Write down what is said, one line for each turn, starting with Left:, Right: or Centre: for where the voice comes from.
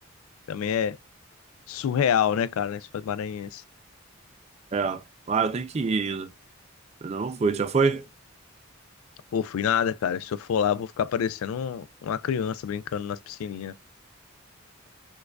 Left: Também é surreal, né, cara? Lençóis Maranhenses.
Right: É. Ah, eu tenho que ir ainda. Eu ainda não fui, já foi?
Left: Pô, fui nada, cara. Se eu for lá, eu vou ficar parecendo um- uma criança brincando nas piscininhas.